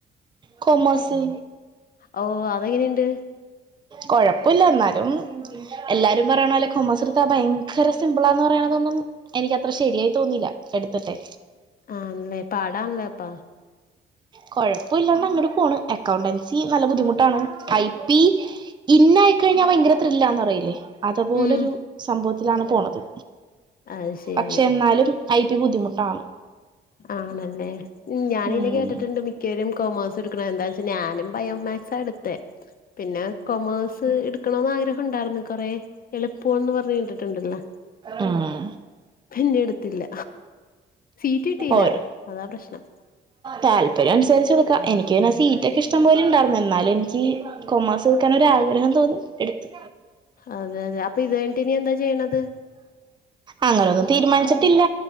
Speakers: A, on the right; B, on the left.
A: കൊമേഴ്സ്
B: ഓ അതെങ്ങനെണ്ട്
A: കൊഴപ്പല്ല ഇന്നാലും എല്ലാരും പറയണ പോലെ കൊമേഴ്സ് എടുത്ത ഭയങ്കര സിംമ്പിളാന്ന് പറയണതൊന്നും എനിക്കത്ര ശരിയായി തോന്നില്ല എടുത്തിട്ടെ
B: ആണല്ലേ പാടാണല്ലേ അപ്പൊ
A: കൊഴപ്പില്ലാണ്ട് അങ്ങട് പോണ് അക്കൗണ്ടൻസി നല്ല ബുദ്ധിമുട്ടാണ് ഐ പി ഇന്നായി കഴിഞ്ഞാൽ ഭയങ്കര ത്രില്ലാന്ന് പറയില്ലേ അതപോലൊരു
B: ഉം
A: സംഭവത്തിലാണ് പോണത്
B: അത് ശരി
A: പക്ഷെ എന്നാലും ഐ ടി ബുദ്ധിമുട്ടാണ്
B: ആണല്ലേ ഉം ഞാനിനെ
A: ഉം
B: കേട്ടിട്ടുണ്ട് മി മിക്കരും കൊമേഴ്സ് എടുക്കണ എന്താ വെച്ചാ ഞാനും ബയോമാക്സ് എടുത്തെ പിന്നെ കൊമേഴ്സ് എടുക്കണന്ന് ആഗ്രഹണ്ടായിരുന്നു കൊറെ എളുപ്പന്ന് പറഞ്ഞ് കണ്ടിട്ടുണ്ടല്ല
A: ഉം
B: പിന്നെ എടുത്തില്ല സീറ്റ് കിട്ടില്ല
A: ഓരോ
B: അതാ പ്രശ്നം
A: താല്പര്യം അനുസരിച്ച് എടുക്കാം എനിക്ക് പിന്നെ സീറ്റ് ഒക്കെ ഇഷ്ടം പോലെ ഇണ്ടായിരുന്നു എന്നാലും എനിക്ക് കൊമേഴ്സ് എടുക്കാൻ ഒരാഗ്രഹം തോന്നി എടുത്തു
B: അതെ അതെ അപ്പൊ ഇത് കഴിഞ്ഞിട്ടിനി എന്താ ചെയ്യണത്
A: അങ്ങനൊന്നും തീരുമാനിച്ചിട്ടില്ല